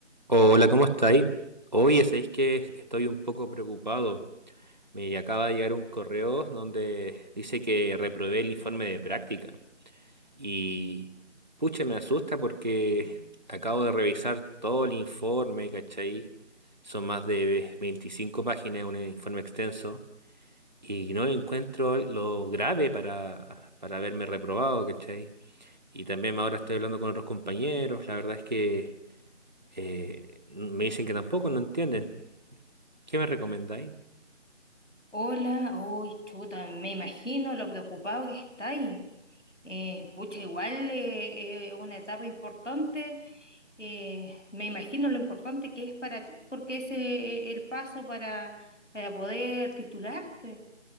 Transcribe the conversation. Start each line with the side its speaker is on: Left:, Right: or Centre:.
Right: Hola, ¿cómo estáis? Oye, sabéis que estoy un poco preocupado. Me acaba de llegar un correo donde dice que reprobé el informe de práctica. Y pucha, me asusta porque acabo de revisar todo el informe, ¿cachai? Son más de 25 páginas, un informe extenso. Y no le encuentro lo grave para, para haberme reprobado, ¿cachai? Y también ahora estoy hablando con otros compañeros. La verdad es que. Eh, me dicen que tampoco, no entienden. ¿Qué me recomendáis?
Left: Hola, uy, chuta, me imagino lo preocupado que estáis. Eh, pucha, igual eh, es una etapa importante. eh, me imagino lo importante que es para ti, porque ese es el paso para, para poder titularte.